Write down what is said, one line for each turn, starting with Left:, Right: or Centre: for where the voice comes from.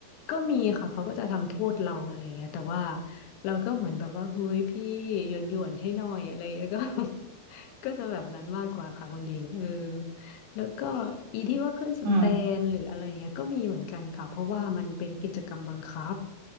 Left: ก็มีค่ะเขาก็จะทำโทษเราอะไรเงี้ยแต่ว่าเราก็เหมือนแบบว่าเฮ้ยพี่หยวนหยวนให้หน่อยอะไรเงี้ยก็ <laughs> ก็จะแบบนั้นมากกว่าค่ะคุณหญิงเออแล้วก็อีที่ว่าขึ้นสแตนหรืออะไรเงี้ยก็มีเหมือนกันค่ะเพราะว่ามันเป็นกิจกรรมบังคับ
Right: อืม